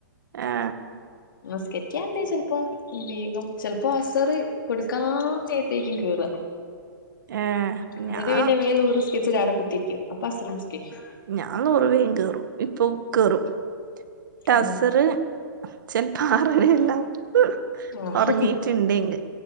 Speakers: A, on the right; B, on the left.
A: ഏ
B: നിസ്കരിക്കാണ്ടേ ചെൽപ്പോം വേയ്ഗും ചിലപ്പോ അസറ് കൊടുക്കാനേര്ത്തേക്കും കേറാ
A: ഏഹ്
B: ഇന്നിട്ട്
A: ഞാൻ
B: പിന്നെ വേം ളുഹ്റ് നിസ്കരിച്ച് അട കുത്തിരിക്കും അപ്പാ അസറും നിസ്കരിക്കും
A: ഞാൻ ളുഹ്റ് വേം കേറും ഇപ്പൊ കേറും ട്ടസറ്
B: ഉം
A: ചെൽപ്പോ ആറര എല്ലാംആവും
B: ആഹ്
A: ഒർങ്ങീട്ട്ണ്ടെങ്ക്